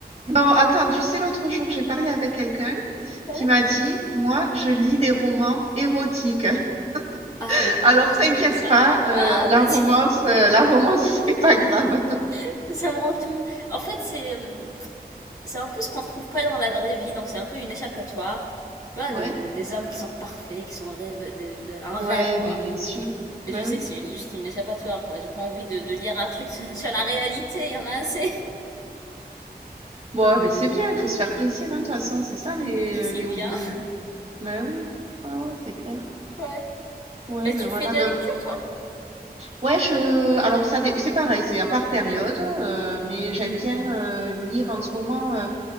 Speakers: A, on the right (about 40°); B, on the left (about 20°).
A: Non, attends, tu sais, l'autre jour, j'ai parlé avec quelqu'un
B: Ouais.
A: qui m'a dit, moi, je lis des romans érotiques.
B: Ah,
A: <laughs>
B: le courage
A: Alors, t'inquiète
B: de dire ça.
A: pas, euh,
B: Ah,
A: la
B: vas-y.
A: romance, euh, la romance, <laughs> c'est pas grave.
B: <laughs> Ça me rend tout. En fait, c'est. hum, c'est un peu ce qu'on ne trouve pas dans la vraie vie, donc c'est un peu une échappatoire. Tu vois,
A: Ouais.
B: les, les- les hommes qui sont parfaits, qui sont rêve, de- de- un
A: Ouais,
B: rêve,
A: ben
B: quoi.
A: bien sûr.
B: Et
A: Ben
B: je sais
A: oui.
B: que c'est juste une échappatoire, quoi. J'ai pas envie de, de lire un truc <laughs> sur la réalité, il y en a assez.
A: Bon, ah, mais c'est bien, il faut se faire plaisir, hein, de toute façon, c'est ça les,
B: <laughs> Merci
A: euh, les
B: bien.
A: hobbies, hein. Bah oui, ouais, ouais, c'est clair.
B: Ouais.
A: Ouais,
B: Et
A: mais
B: tu
A: voilà.
B: fais de la
A: ben,
B: lecture, toi?
A: ouais, je. Alors ça, dé- c'est pareil, c'est par période, euh, mais j'aime bien euh, lire en ce moment. euh,